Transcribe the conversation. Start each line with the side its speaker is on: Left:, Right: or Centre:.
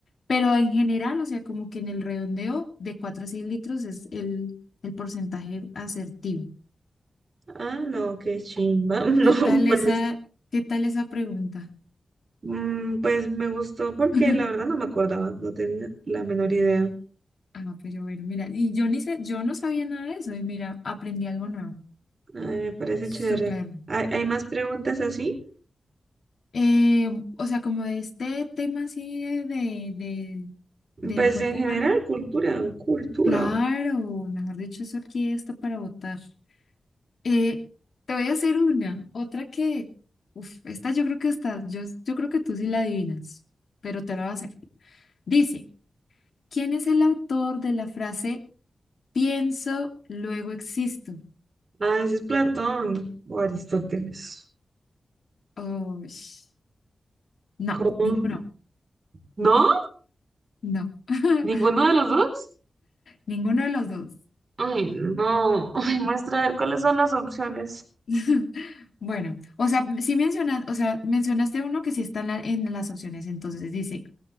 Left: Pero en general, o sea, como que en el redondeo de 4 a 6 litros es el, el porcentaje asertivo.
Right: Ah, no, qué chimba. <laughs> No,
Left: ¿Qué tal
Right: pues,
Left: esa, qué tal esa pregunta?
Right: mm, pues me gustó porque
Left: <laughs>
Right: la verdad no me acordaba, no tenía la menor idea.
Left: Ah, pero bueno, mira, y yo ni sé, yo no sabía nada de eso y mira, aprendí algo nuevo.
Right: Ay, me parece
Left: Súper.
Right: chévere. ¿Hay, hay más preguntas así?
Left: Eh, o sea, como de este tema así de, de, de- del
Right: Pues
Left: cuerpo
Right: en general,
Left: humano.
Right: cultura, cultura.
Left: Claro, mejor dicho, eso aquí está para votar. Eh, te voy a hacer una, otra que, uf, esta yo creo que está, yo, yo creo que tú sí la adivinas, pero te la voy a hacer. Dice, ¿quién es el autor de la frase Pienso, luego existo.
Right: Ah, ese es Platón o Aristóteles.
Left: Oh, sh- no,
Right: ¿Cómo?
Left: ninguno.
Right: ¿No?
Left: No, <laughs>
Right: ¿Ninguno de los dos?
Left: ninguno de los dos.
Right: Ay, no. <laughs> Ay, muestra a ver cuáles son las opciones.
Left: <laughs> Bueno, o sea, sí mencionas, o sea, mencionaste uno que sí está en, la- en las opciones. Entonces dice